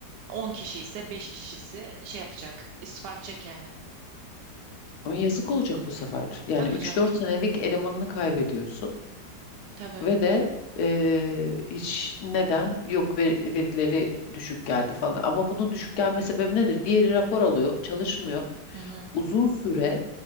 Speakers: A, on the right; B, on the left.
A: 10 kişi ise 5 kişisi şey yapacak istifa edecek yani.
B: Ama yazık olacak bu sefer. Yani
A: Tabii
B: üç
A: canım
B: dört senelik elemanını kaybediyorsun.
A: tabii.
B: Ve de eee, hiç neden yok ve- verileri düşük geldi falan. Ama bunun düşük gelme sebebi nedir? Diğeri rapor alıyor, çalışmıyor.
A: Hı hı.
B: Uzun süre